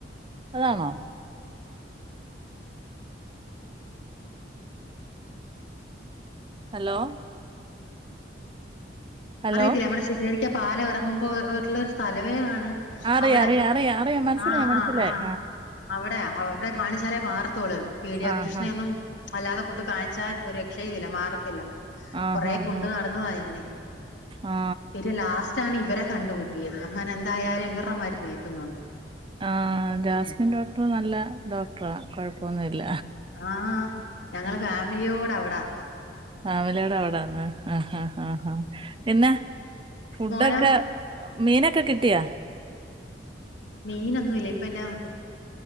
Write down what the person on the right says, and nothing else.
അതാണോ ഹലോ ഹലോ
അറിയാം
അറിയാം അറിയാം അറിയാം മനസ്സിലായി
മനസ്സിലായി
ആ
ആ
ആ
ആ
ആ
ആ
ആ ജാസ്മിൻ ഡോക്ടർ നല്ല ഡോക്ടറാ കൊഴപ്പൊന്നുല്ല
ഫാമിലിയോടെ അവിടാന്ന് ആഹ് ആഹ് ആഹ് ആഹ് പിന്നെ ഫുഡൊക്കെ
മീനൊക്കെ കിട്ടിയാ